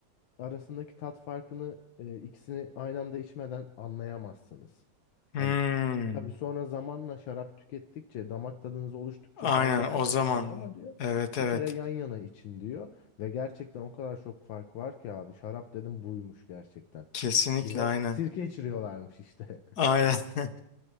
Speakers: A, on the left; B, on the left.
A: arasındaki tat farkını e, ikisini aynı anda içmeden anlayamazsınız.
B: Hmm,
A: Hani tabii sonra zamanla şarap tükettikçe, damak tadınız oluştukça
B: aynen
A: fark edersiniz
B: o zaman.
A: bunu ama diyor
B: Evet evet.
A: bir kere yan yana için diyor ve gerçekten o kadar çok fark var ki abi şarap dedim buymuş gerçekten.
B: Kesinlikle
A: Bize
B: aynen.
A: sirke içiriyorlarmış işte.
B: Aynen. <laughs>